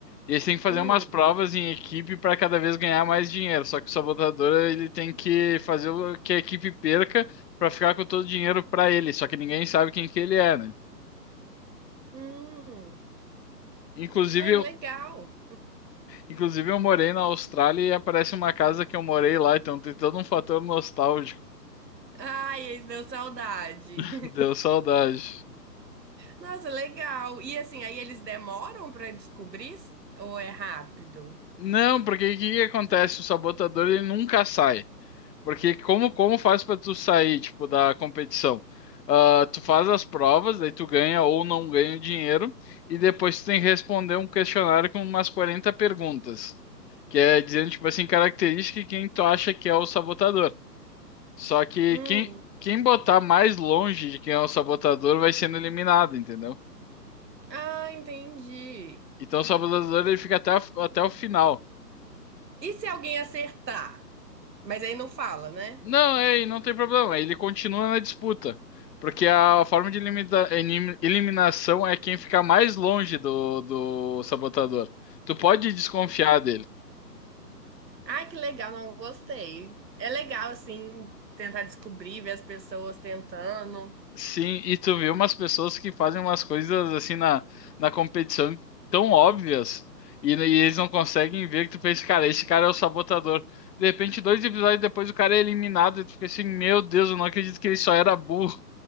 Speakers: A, on the left; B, on the right.
A: E eles têm que fazer
B: Hum.
A: umas provas em equipe para cada vez ganhar mais dinheiro. Só que o sabotador ele tem que fazer o que a equipe perca para ficar com todo o dinheiro para ele. Só que ninguém sabe quem que ele é, né?
B: Hum.
A: Inclusive,
B: Ai, legal.
A: Inclusive, eu morei na Austrália e aparece uma casa que eu morei lá, então tem todo um fator nostálgico.
B: Ai, esse deu saudade.
A: <laughs>
B: <laughs>
A: Deu saudade.
B: Nossa, legal. E assim, aí eles demoram pra descobrir? Ou é rápido?
A: Não, porque o que que acontece? O sabotador ele nunca sai. Porque como, como faz pra tu sair, tipo, da competição? Ah, tu faz as provas, daí tu ganha ou não ganha o dinheiro, e depois tu tem que responder um questionário com umas 40 perguntas. Que é dizendo, tipo assim, característica de quem tu acha que é o sabotador. Só que
B: Hum.
A: quem, quem botar mais longe de quem é o sabotador vai sendo eliminado, entendeu?
B: Ah, entendi.
A: Então o sabotador ele fica até, a- até o final.
B: E se alguém acertar? Mas aí não fala, né?
A: Não, é, e não tem problema, ele continua na disputa. Porque a forma de limita- elim- eliminação é quem ficar mais longe do, do sabotador. Tu pode desconfiar dele.
B: Ai, que legal, não gostei. É legal, assim, tentar descobrir, ver as pessoas tentando.
A: Sim, e tu vê umas pessoas que fazem umas coisas assim na, na competição tão óbvias e, né, e eles não conseguem ver que tu pensa, cara, esse cara é o sabotador. De repente, dois episódios depois o cara é eliminado e tu fica assim, meu Deus, eu não acredito que ele só era burro.